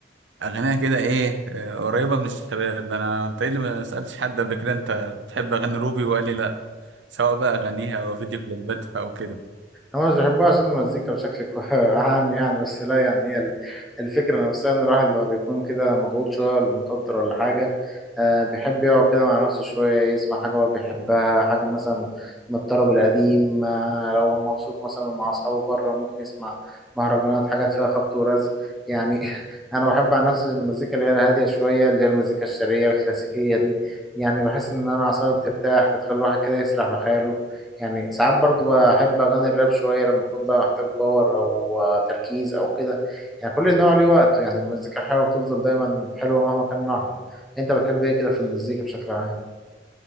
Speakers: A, on the right; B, in the centre.
A: اغانيها كده ايه آه، قريبة من الشباب انا تقريبا ما سألتش حد قبل كده انت بتحب اغاني روبي وقال لي لا سواء بقى اغانيها او فيديو كليباتها او كده
B: هما مش بيحبوها عشان المزيكا بشكل كو- <laughs> عام يعني بس لا يعني هي ال- الفكرة نفسها إن الواحد لما بيكون كده مضغوط شوية ولا متوتر ولا حاجة آه، بيحب يقعد كده مع نفسه شوية يسمع حاجة هو بيحبها حاجة مثلا من الطرب القديم آه، لو مبسوط مثلا مع أصحابه بره ممكن يسمع مهرجانات حاجات فيها خبط ورزق يعني <laughs> أنا بحب عن نفسي المزيكا اللي هي الهادية شوية اللي هي المزيكا الشرقية الكلاسيكية دي يعني بحس إن أنا أعصابي بترتاح بتخلي الواحد كده يسرح بخياله يعني ساعات برضو بحب اغاني الراب شويه لما اكون بقى محتاج باور او آه، تركيز او كده يعني كل نوع ليه وقته يعني المزيكا الحلوه بتفضل دايما حلوه مهما كان نوعها انت بتحب ايه كده في المزيكا بشكل عام